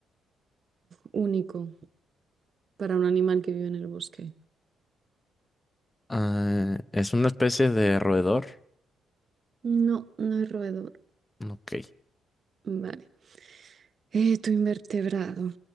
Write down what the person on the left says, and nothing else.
Ah, ¿es una especie de roedor?
Ok,